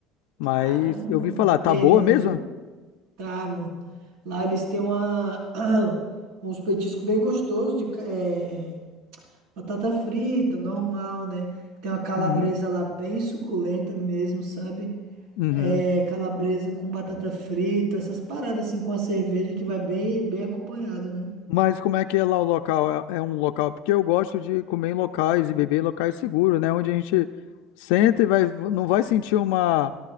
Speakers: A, on the left; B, on the right.
A: Mas
B: Caramba,
A: eu ouvi
B: mano.
A: falar,
B: Tá perdendo,
A: tá boa mesmo?
B: viu? Tá, mano. Lá eles têm uma, <clears throat> uns petiscos bem gostosos de ca- eh, batata frita, normal, né? Tem uma calabresa
A: Uhum,
B: lá bem suculenta mesmo, sabe?
A: uhum.
B: É, calabresa com batata frita, essas paradas assim com a cerveja que vai bem, bem acompanhado, né?
A: Mas como é que é lá o local? É, é um local? Porque eu gosto de comer em locais e beber em locais seguros, né? Onde a gente senta e vai, não vai sentir uma,